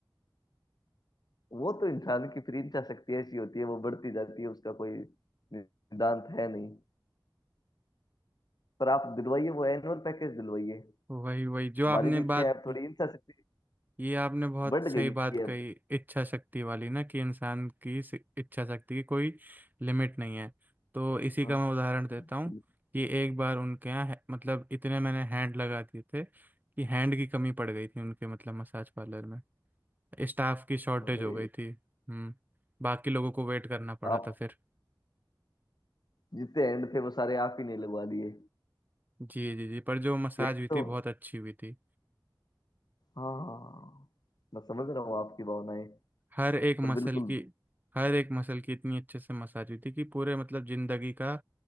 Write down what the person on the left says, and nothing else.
वो तो इंसान की फ्री इंचा शक्ति ऐसी होती है वो बढ़ती जाती है उसका कोई सिद्धांत है नहीं पर आप दिलवाइए वो एनुअल पैकेज दिलवाइए
हमारी
भी क्या
है थोड़ी इंचा शक्ति
बढ़
गई
है अब।
हाँ,
बिल्कुल।
अरे
आप
जितने एंड थे वो सारे आप ही ने लगवा दिए
यही
तो
हाँ मैं समझ रहा हूँ आपकी भावनाएं
पर बिल्कुल